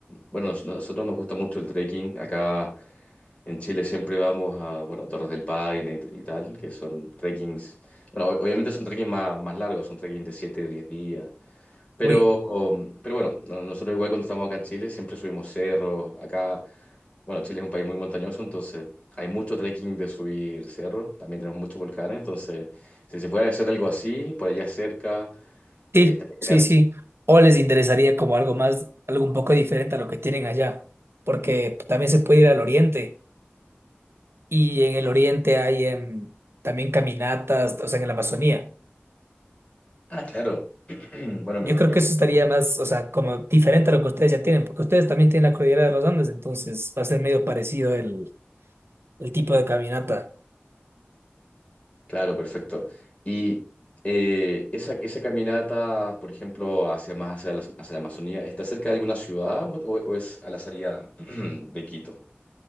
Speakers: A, on the left; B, on the right.
A: bueno, nos- nosotros nos gusta mucho el trekking, acá en Chile siempre vamos a, bueno, Torres del Paine y, t- y tal, que son trekkings, bueno, o- obviamente son trekkings más, más largos, son trekkings de 7, 10 días, pero,
B: Uy,
A: um, pero bueno, no- nosotros igual cuando estamos acá en Chile siempre subimos cerros. Acá, bueno, Chile es un país muy montañoso, entonces hay mucho trekking de subir cerros. También tenemos muchos volcanes, entonces si se puede hacer algo así, por allá cerca, eh,
B: sí,
A: está
B: sí,
A: genial.
B: sí. O les interesaría como algo más, algo un poco diferente a lo que tienen allá, porque también se puede ir al oriente y en el oriente hay em, también caminatas, o sea, en la Amazonía.
A: Ah, claro. <clears throat> Bueno, me,
B: Yo
A: me
B: creo
A: imagino.
B: que eso estaría más, o sea, como diferente a lo que ustedes ya tienen, porque ustedes también tienen la cordillera de los Andes, entonces va a ser medio parecido el, el tipo de caminata.
A: Claro, perfecto. Y eh, esa, esa caminata, por ejemplo, hacia más hacia la, hacia la Amazonía, ¿está cerca de alguna ciudad o, o- o es a la salida <clears throat> de Quito?